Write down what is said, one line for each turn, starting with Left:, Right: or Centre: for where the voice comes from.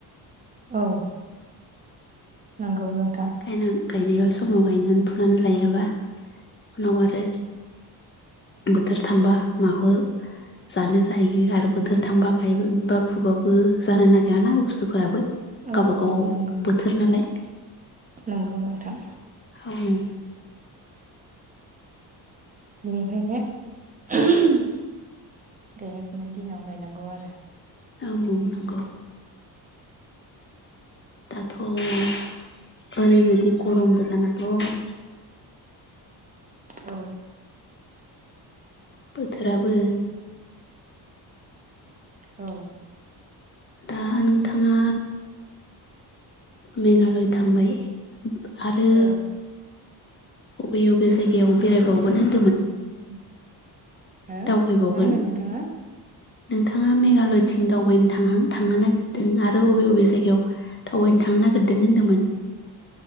Right: औ। नोंगौ नों
Left: खायनो गायनायाव समाव गायनानै फुनानै लायाबा उनाव आरो बोथोर थांबा माखौ जानो जाहैयो आरो बोथोर थांबा गायबा उम बा फुबाबो जानो नागिराना बुस्थुफोराबो।
Right: औ
Left: गावबागाव
Right: औ नंगौ
Left: बोथोर नालाय।
Right: नंगौ नोंथां
Left: ओं
Right: बेनिखायनो <unintelligible> गायनाय <unintelligible> दिनाव गायनांगौ आरो
Left: औ नंगौ दाथ' ओरैबायदि गरमबो जानादं
Right: औ
Left: बोथोराबो
Right: औ
Left: दा नोंथाङा मेघालय थांबाय आरो
Right: हो
Left: अबे बबे जायगायाव बेरायबावगोन होन
Right: <unintelligible> हो
Left: दावबायबावगोन
Right: मा होनदों नोंथाङा?
Left: नोंथाङा मेघालयथिं दावबायनो थांहां थांनो नागिरदों आरो बबे बबे जायगायाव दावबायनो थांनो नागिरदों होनदोंमोन